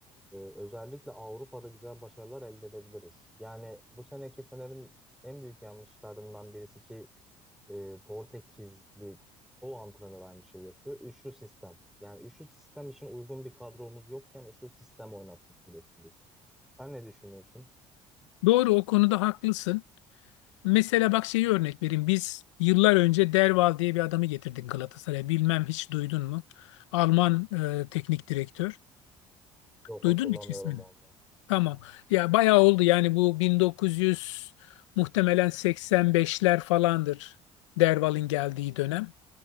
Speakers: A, in the centre; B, on the left (about 85°).
A: ee, özellikle Avrupa'da güzel başarılar elde edebiliriz. Yani bu seneki Fener'in en büyük yanlışlarından birisi ki e, Portekizli o antrenör aynı şeyi yapıyor. Üçlü sistem. Yani üçlü sistem için uygun bir kadromuz yokken üçlü sistem oynattık sürekli. Sen ne düşünüyorsun?
B: Doğru o konuda haklısın. Mesela bak şeyi örnek vereyim. Biz yıllar önce Derval diye bir adamı getirdik Galatasaray'a. Bilmem hiç duydun mu? Alman e, teknik direktör.
A: Yok
B: Duydun
A: hatırlamıyorum
B: mu hiç ismini?
A: vallahi.
B: Tamam. Ya bayağı oldu yani bu 1900 muhtemelen 85'ler falandır Derval'in geldiği dönem.